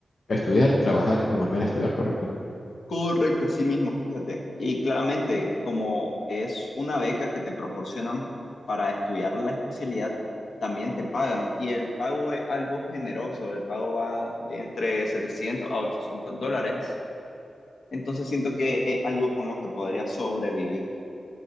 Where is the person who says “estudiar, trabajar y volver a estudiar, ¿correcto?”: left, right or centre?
Left